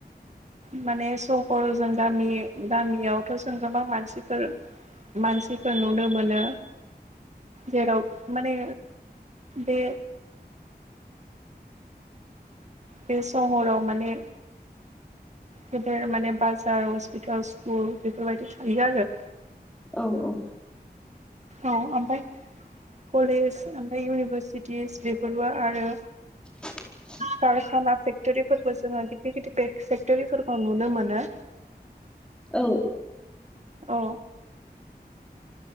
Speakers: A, on the right (about 40°); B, in the centre.
A: माने सहर जों गामि गामियावथ' जों गोबां मानसिफोर मानसिफोर नुनो मोनो जेराव माने बे बे सहराव माने गेदेर माने बाजार, हस्पिताल, स्कुल बेफोरबायदि थायो आरो
B: औ औ
A: औ ओमफाय कलेज ओमफ्राय इउनिभारसिटिस बेफोरबो आरो
B: <inaudible>
A: कारखाना फेक्टरिबो जोङो गिदिर गिदिर फेक्ट'रिफोरखौ नुनो मोनो
B: औ
A: औ